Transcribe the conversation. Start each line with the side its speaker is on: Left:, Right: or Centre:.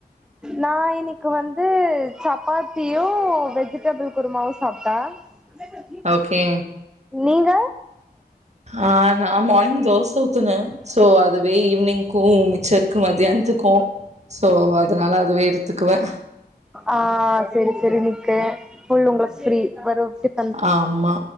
Centre: நா இன்னைக்கு வந்து சப்பாத்தியும் வெஜிடபிள் குருமாவும் சாப்பிட்டே
Right: ஓகே
Centre: நீங்க
Right: ஆ நா மார்னிங் தோச வுத்துனே சோ அதுவே ஈவ்னிங் கும் மிச்ச இருக்கு மதியானத்துக்கு ஸோ அதனால அதுவே எடுத்துக்குவே
Centre: ஆ செரி செரி நீக்கு ஃபுல் உங்களுக் ஃப்ரி <unintelligible>
Right: ஆமா